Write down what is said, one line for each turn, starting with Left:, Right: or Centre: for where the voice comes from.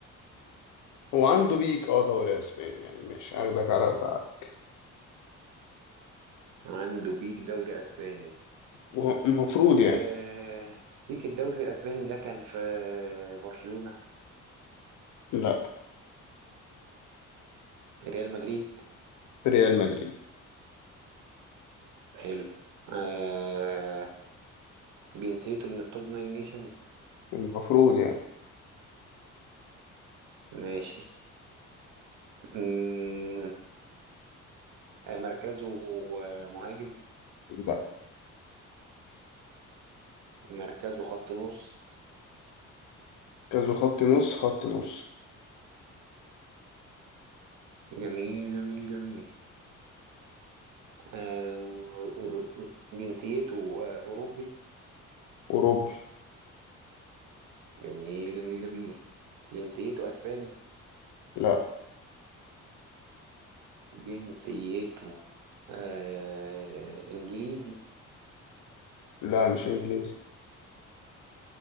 Left: هو عنده بيك اه دوري أسباني يعني ماشي هاخدك على قد عقلك
Right: عنده بيك دوري اسباني
Left: هو المفروض يعني
Right: آه، بيك الدوري الاسباني ده كان في برشلونة
Left: لأ
Right: ريال مدريد
Left: في ريال مدريد
Right: حلو آه، جنسيته من التوب ناين نيشنز
Left: المفروض يعني
Right: ماشي مم، آه، مركزه آه، مهاجم
Left: لا
Right: مركزه خط نص
Left: كازو خط نص خط نص
Right: جميل جميل جميل آه، آه، آه، جنسيته آه، أوروبي
Left: أوروبي
Right: جميل جميل جميل جنسيته أسباني
Left: لا
Right: جنسيته آه، إنجليزي
Left: لا مش إنجليزي